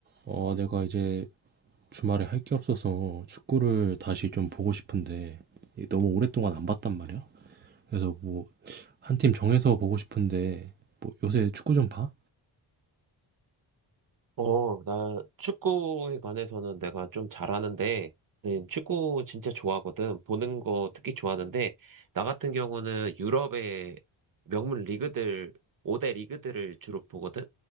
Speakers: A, on the right; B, on the right.
A: 어, 내가 이제 주말에 할 게 없어서 축구를 다시 좀 보고 싶은데 이게 너무 오랫동안 안 봤단 말이야. 그래서 뭐 한 팀 정해서 보고 싶은데 뭐 요새 축구 좀 봐?
B: 어, 나 축구에 관해서는 내가 좀 잘하는데, 네, 축구 진짜 좋아하거든. 보는 거 특히 좋아하는데, 나 같은 경우는 유럽의 명문 리그들, 5대 리그들을 주로 보거든.